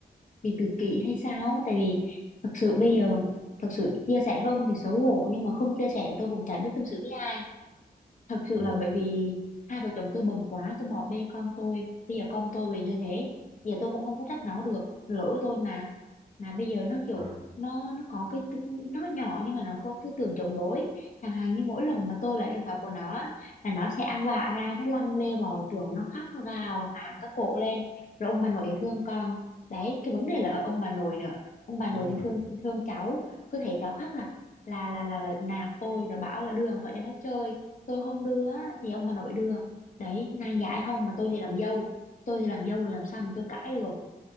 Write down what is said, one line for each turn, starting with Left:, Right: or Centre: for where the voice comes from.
Left: bị tự kỷ hay sao, á. tại vì thực sự bây giờ thực sự chia sẻ với ông thì xấu hổ nhưng mà không chia sẻ tôi cũng chả biết tâm sự với ai. thật sự
Right: Ờ,
Left: là bởi vì hai vợ chồng tôi bận quá tôi bỏ bê con tôi bây giờ con tôi về như thế bây giờ tôi cũng không có trách nó được lỗi của tôi mà mà bây giờ nó kiểu
Right: ờ,
Left: nó nó có cái tính nó nhỏ nhưng mà nó có tư tưởng chống đối chẳng hạn như mỗi lần mà tôi lấy điện thoại của nó á, là nó sẽ ăn vạ ra nó lăn lê bò trưởng nó khóc nó gào khản các cổ lên rồi ông bà nội thì thương con đấy cái vấn đề là ở ông bà nội nữa ông bà nội
Right: đúng
Left: thì
Right: rồi
Left: thương thương cháu cứ thấy cháu khóc là là là là, là nạt tôi rồi bảo là đưa điện thoại cho nó chơi tôi không đưa á, thì ông bà nội đưa đấy nàng giải không mà tôi thì làm dâu tôi thì làm dâu rồi làm sao mà tôi cãi được